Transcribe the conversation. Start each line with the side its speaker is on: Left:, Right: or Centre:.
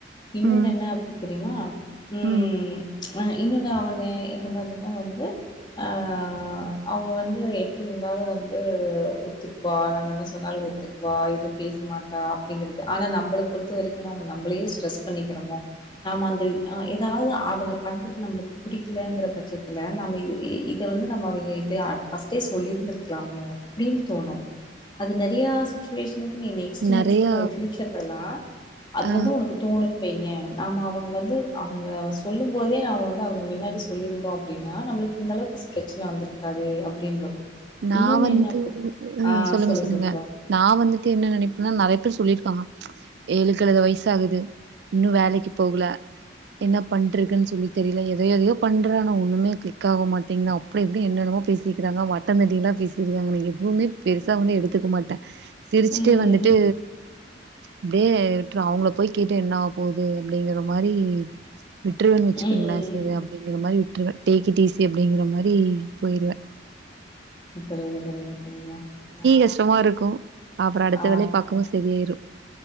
Left: இன்னொன்னு
Right: ம்.
Left: என்ன அப்டி தெரியுமா உம்
Right: ம்.
Left: ஆஹ் இன்னொன்னு அவங்க எந்த மா தின வந்து அ அவங்க வந்து எப்டி இருந்தாலு வந்து ஒத்துகுவா நம்ம என்ன சொன்னாலு ஒத்துகுவா எது பேச மாட்ட அப்டிங்கறது ஆனா நம்பள பொறுத்த வரைக்கு நாம நம்ளேயே ஸ்டரஸ் பண்ணிக்கிரமோ நாம அந்த அ ஏதாவது அவங்க பண்றத நம்ளுக்கு புடிக்கலங்கற பட்சத்துல நாம இ இத வந்து நம்ம அவிங்கிட்ட ஃபஸ்டே சொல்லியிருந்திருக்கலாமோ அப்டினு தோணு அது நெறைய சுச்சுவேஷன்கு நெக்ஸ்ட்
Right: நெறையா
Left: நெக்ஸ்ட் உன் பியூச்சர் எல்லா அது
Right: அ
Left: வந்து உனக்கு தோணு பைய நாம அவங்க வந்து அவங்க சொல்லும் போதே நாம வந்து அவங்க மின்னாடி சொல்லியிருந்தோ அப்டின்னா நம்மளுக்கு இந்த அளவுக்கு பிரச்சன வந்திருக்காது அப்டின்னு வரும்.
Right: நா
Left: இன்னொன்னு
Right: வந்து
Left: என்ன அப்டி
Right: உம்
Left: ஆ
Right: சொல்லுங்க
Left: சொல்லு
Right: சொல்லுங்க
Left: சொல்றா
Right: நா வந்துட்டு என்ன நினைப்பேன்னா நெறைய பேர் சொல்லிருகாங்க ஏழு கழுத வயசகுது இன்னு வேலைக்கு போகல என்ன பண்டுருக்குன்னு சொல்லி தெரியல எத எதையோ பண்ற ஆனா ஒன்னுமே க்ளிக் ஆக மாட்டிங்குது அப்டி இப்டி னு என்னன்னுமோ பேசிக்ராங்க தந்தட்டீன்லா பேசிருக்காங்க நா எதுவுமே பெருசா ஒண்ணு எடுத்துக்க மாட்டே சிரிச்ட்டே
Left: ம்
Right: வந்துட்டு அப்டியே விட்டு அவங்கள போய் கேட்டு என்ன ஆ போகுது அப்படிங்கிற மாரி வட்டுறவேு வச்சுக்கங்களா
Left: ம்
Right: சரி அப்படிங்கிற மாரி விற்றுவேன் டேக் இட் ஈசி அப்படிங்கிற மாதிரி போயிருவேன்
Left: புரியது புரியது ஆ
Right: கஷ்டமா இருக்கு அப்புறோ அடுத்த
Left: ஆ
Right: வேலைய பாக்கும்போ சரியாயிரு